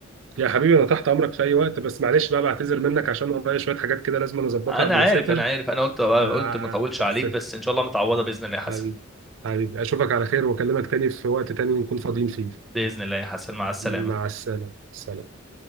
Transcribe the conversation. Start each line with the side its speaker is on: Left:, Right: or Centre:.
Right: يا حبيبي انا تحت امرك في اي وقت بس معلش بقى بعتذر منك عشان ورايا شويه حاجات كده لازم أنا اظبطها
Centre: انا
Right: قبل
Centre: عارف
Right: ما اسافر
Centre: انا عارف انا قلت قلت
Right: آه،
Centre: ما اطولش
Right: بس
Centre: عليك بس ان شاء الله متعوضه باذن الله يا حسن
Right: حبيبي حبيبي اشوفك على خير واكلمك تاني في وقت تاني نكون فاضيين فيه
Centre: باذن الله يا حسن مع السلامه
Right: مع السلامة سلام